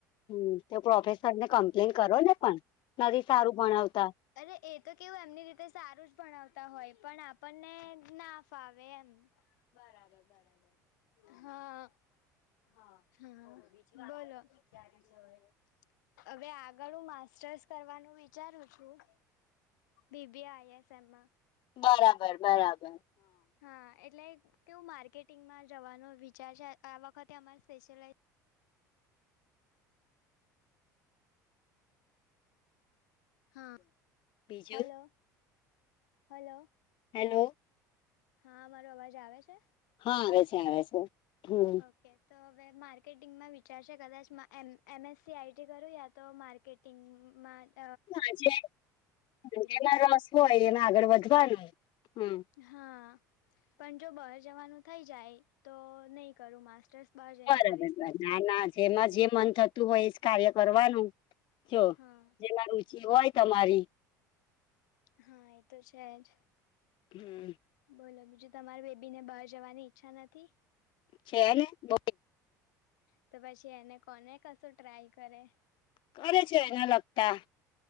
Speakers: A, on the left (about 55°); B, on the left (about 75°).
A: હમ્મ, તો પ્રોફેસરને કમ્પ્લેન કરો ને પણ નથી સારું ભણાવતા.
B: અરે એ તો કેવું એમની રીતે સારું જ ભણાવતા હોય પણ આપણને ના ફાવે એમ. બરાબર બરાબર હમ્મ હા હા બોલો બી બોલો આગળ શું વિચાર્યું છે હવે? હવે આગળ હું માસ્ટર્સ કરવાનું વિચારું છું. બી બી આય એસ એમમાં.
A: બરાબર બરાબર.
B: હા એટલે કેવું માર્કેટિંગમાં જવાનું વિચાર છે આ વખતે અમારે સ્પેશિ્યલાઈઝ હા
A: બીજું
B: હલો હલો.
A: હેલો.
B: હા, મારો અવાજ આવે છે?
A: હા, આવે છે આવે છે હમ્મ.
B: ઓકે તો હવે માર્કેટિંગમાં વિચાર છે કદાચ મા M A M A S C I T કરું યા તો માર્કેટિંગમાં મા
A: હ જેમાં
B: રહું
A: રસ હોય એમાં આગળ વધવાનું. હમ
B: હા. પણ જો બહાર જવાનું થઈ જાય તો નહીં કરું માસ્ટર્સ. બહાર જઈને
A: બરાબર
B: કરીશ
A: બરાબર
B: માસ્ટર
A: ના ના જેમાં જે મન થતું હોય એજ કાર્ય કરવાનું. જો
B: હા
A: જેમાં રુચિ હોય તમારી
B: હા એ તો છે જ.
A: હમ્મ
B: બોલો બીજું તમારી બેબીને બહાર જવાની ઈચ્છા નથી?
A: છે ને બ
B: તો પછી એને કોને કશું ટ્રાય કરે
A: કરે છે એને લગતા